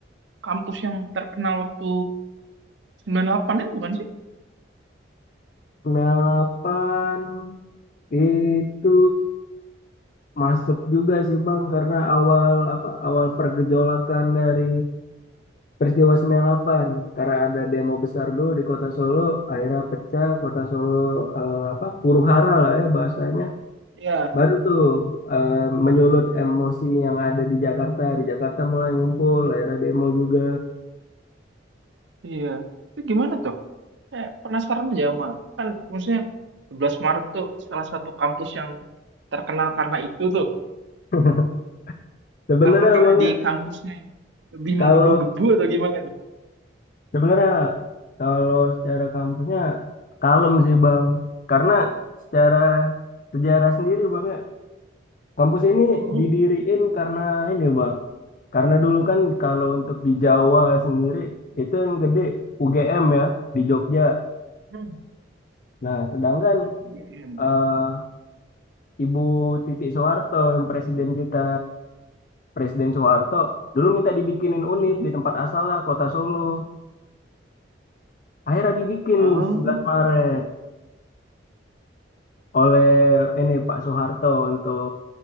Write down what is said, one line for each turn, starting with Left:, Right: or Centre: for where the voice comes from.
Right: kampus yang terkenal waktu 98 itu bukan sih?
Left: 98 itu masuk juga sih Bang karena awal apa awal pergejolakan dari peristiwa 98 karena ada demo besar dulu di Kota Solo akhirnya pecah Kota Solo eh, apa huru hara lah ya bahasanya
Right: Iya.
Left: baru tuh eh, menyulut emosi yang ada di Jakarta di Jakarta mulai ngumpul akhirnya demo juga
Right: Iya. Itu gimana eh penasaran aja sama kan maksudnya 11 Maret tuh salah satu kampus yang terkenal karena itu tuh.
Left: <laughs> Sebenarnya
Right: Apakah
Left: Bang
Right: di
Left: ya,
Right: kampusnya lebih
Left: kalau
Right: menggebu-gebu atau gimana nih?
Left: Sebenarnya kalau secara kampusnya kalem sih Bang. Karena secara sejarah sendiri Bang ya, kampus ini
Right: Mm-mm.
Left: didiriin karena ini Bang. Karena dulu kan kalau untuk di Jawa sendiri itu yang gede UGM ya di Jogja.
Right: Hmm.
Left: Nah, sedangkan
Right: UGM.
Left: eh, Ibu Titik Soeharto yang presiden kita Presiden Soeharto dulu minta dibikinin UNIF
Right: Mm-mm.
Left: di tempat asalnya Kota Solo. Akhirnya dibikin
Right: Oh.
Left: 11 Maret. oleh ini Pak Soeharto untuk